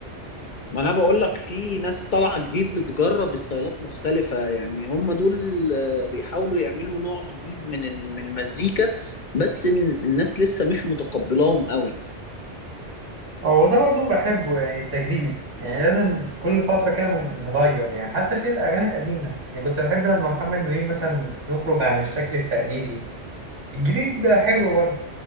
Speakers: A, on the left (about 45°); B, on the right (about 85°).
A: ما أنا بقولك في ناس طالعة جديد بتجرب ستايلات مختلفة يعني هم دول آه، بيحاولوا يعملوا نوع جديد من ال- من المزيكا بس ال- الناس لسه مش متقبلاهم قوي
B: هو ده برضو بحبه يعني التجريب يعني لازم كل فترة كده نغير يعني حتى في الأغاني القديمة يعني كنت بحب لما محمد منير مثلا يخرج عن الشكل التقليدي الجديد حلو برضو